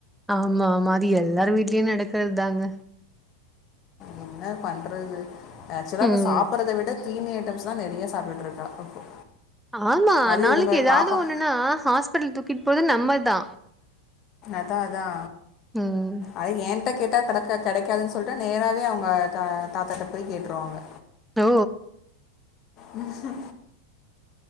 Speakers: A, in the centre; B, on the left.
A: ஆமா ஆமா அது எல்லாரு வீட்லியு நடக்கற்தாங்க
B: என்ன பண்றது ஆக்சுவலா
A: ம்
B: இப்ப சாப்புறத விட தீனி ஐட்டம்ஸ்தா நெறையா சாப்பிட்டுட்டுருக்கா இப்போ
A: ஆமா
B: அது
A: நாளைக்கு
B: இவங்க
A: எதாவது
B: பாப்பா
A: ஒன்னுன்னா ஹாஸ்பிட்லுக் தூக்கிட் போறது நம்மதா
B: அதா அதா
A: உம்
B: அது என்கிட்ட கேட்டா கடக்கா கெடைக்காதுன் சொல்ட்டு நேராவே அவுங்க தா தாத்தாட்ட போய் கேட்ருவாங்க
A: ஓ
B: முழ்ஸா